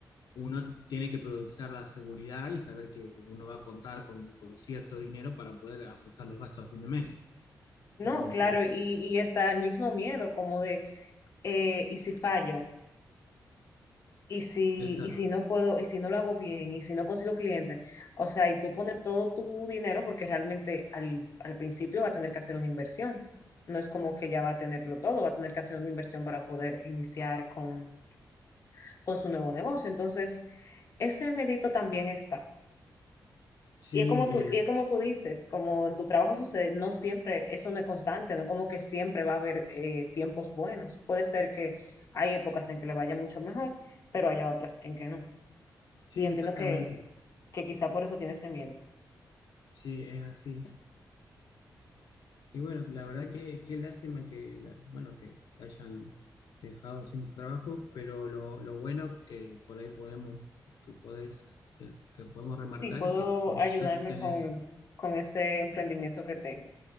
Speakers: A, on the left; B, on the left.
A: uno tiene que priorizar la seguridad y saber que uno va a contar con, con cierto dinero para poder afrontar los gastos a fin de mes.
B: No,
A: Entonces,
B: claro, y, y está el mismo miedo como de, eh, ¿y si fallo? ¿Y si,
A: exacto.
B: y si no puedo, y si no lo hago bien, y si no consigo clientes? O sea, y tú poner todo tu dinero porque realmente al, al principio va a tener que hacer una inversión. No es como que ya va a tenerlo todo, va a tener que hacer una inversión para poder iniciar con con su nuevo negocio. Entonces, ese medito también está.
A: Sí,
B: Y es, como tú,
A: y-
B: y es como tú dices, como en tu trabajo sucede, no siempre, eso no es constante, no es como que siempre va a haber eh, tiempos buenos. Puede ser que hay épocas en que le vaya mucho mejor, pero haya otras en que no.
A: sí,
B: Y entiendo
A: exactamente.
B: que, que quizá por eso tiene ese miedo.
A: Sí, es así. Y bueno, la verdad que qué lástima que, la- bueno, que te hayan dejado sin trabajo, pero lo, lo bueno que por ahí podemos, que podés, que que podemos remarcar
B: Sí, puedo
A: es que vos
B: ayudarme
A: ya tenés,
B: con, con ese emprendimiento que tengo.